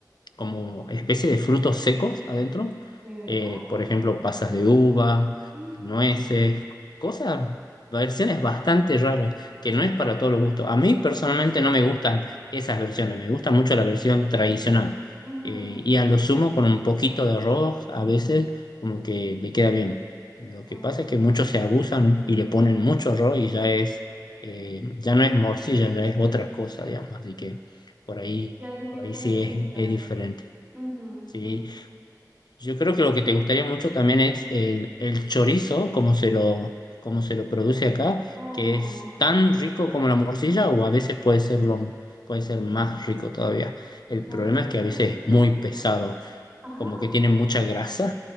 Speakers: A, on the left; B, on the right.
A: como especie de frutos secos adentro.
B: ¿De verdad?
A: eh, por ejemplo, pasas de uva,
B: <gasps>
A: nueces, cosas, versiones bastante raras, que no es para todos los gustos. A mí personalmente
B: Mm, ujú,
A: no me gustan esas versiones, me gusta mucho la versión tradicional.
B: ujú,
A: Eh, y a lo sumo con un poquito de arroz, a veces como que le queda bien. Lo que
B: oh,
A: pasa es que muchos se abusan y le ponen mucho arroz y ya es, eh, ya no es morcilla, ya es otra cosa, digamos. Así que por ahí
B: Ya se siente
A: por ahí sí
B: distinta.
A: es, es diferente.
B: Ujú,
A: Sí,
B: ujú,
A: yo creo que lo que te gustaría mucho también es el, el chorizo, como se lo, como se lo produce acá,
B: ojo,
A: que es tan rico como la morcilla o a veces puede ser lo, puede ser más rico todavía. El
B: Yo
A: problema
B: he visto
A: es que a
B: mucho.
A: veces es muy pesado,
B: Ajá,
A: como que tiene mucha grasa